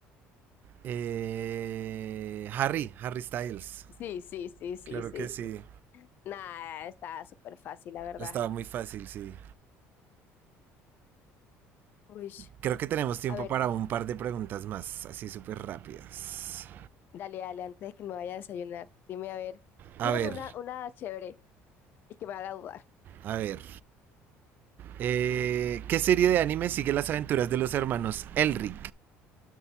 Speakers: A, on the right; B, on the left.
A: Eh, Harry, Harry Styles.
B: Sí, sí, sí, sí,
A: Claro
B: sí,
A: que
B: sí.
A: sí.
B: Nada, está súper fácil, la verdad.
A: Estaba muy fácil, sí.
B: Uy,
A: Creo que tenemos tiempo
B: a ver,
A: para un par de preguntas más, así súper rápidas.
B: dale, dale, antes de que me vaya a desayunar, dime, a ver,
A: A
B: tírame
A: ver,
B: una, una chévere y que me haga dudar.
A: A ver. eh, ¿Qué serie de anime sigue las aventuras de los hermanos Elric